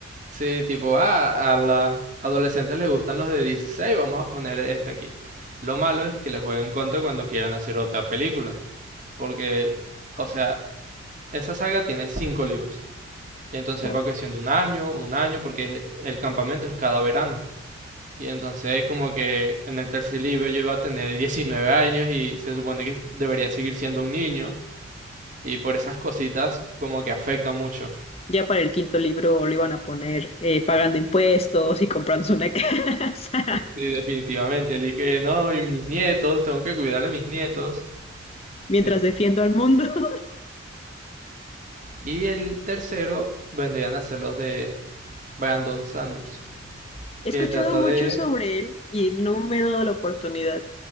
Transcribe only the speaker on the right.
Sí, tipo, ah, a las adolescentes les gustan los de 16, vamos a poner este aquí. Lo malo es que les jueguen contra cuando quieran hacer otra película, porque, o sea, esa saga tiene cinco libros. Y entonces
él va creciendo un año, un año, porque el campamento es cada verano. Y entonces es como que en el tercer libro yo iba a tener 19 años y se supone que debería seguir siendo un niño. Y por esas cositas como que afecta mucho.
Sí, definitivamente. El que no, y mis nietos, tengo que cuidar a mis nietos.
Sí.
Y el tercero vendrían a ser los de Brandon Sanderson,
que
trata
de